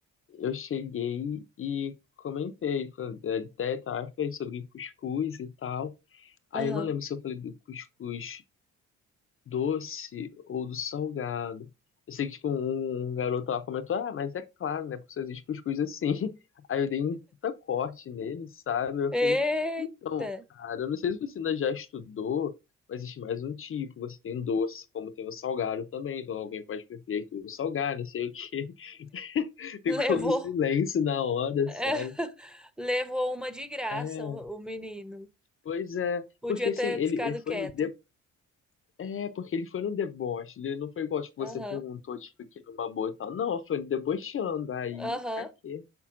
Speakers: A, on the left; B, in the centre.
A: eu cheguei e comentei, falei, é, até tá, falei sobre cuscuz e tal. Aí
B: Aham.
A: eu não lembro se eu falei do cuscuz doce ou do salgado. Eu sei que, tipo, um, um garoto lá comentou, ah, mas é claro, né, porque só existe cuscuz assim. <laughs> Aí eu dei um puta corte nele, sabe? Eu
B: Eita,
A: falei, então, cara, eu não sei se você ainda já estudou, mas existe mais um tipo, você tem doce, como tem o salgado também, então alguém pode preferir aqui o salgado, não sei o quê. <laughs> Ficou
B: levou,
A: um silêncio na hora,
B: <laughs>
A: sabe?
B: levou uma de graça
A: É,
B: o, o menino.
A: pois é,
B: Podia
A: porque assim,
B: ter
A: ele,
B: ficado
A: ele foi
B: quieto.
A: no de... é, porque ele foi no deboche, ele não foi igual, tipo, você
B: Aham,
A: perguntou, tipo, aqui numa boa e tal, não, foi debochando, aí,
B: aham,
A: pra quê?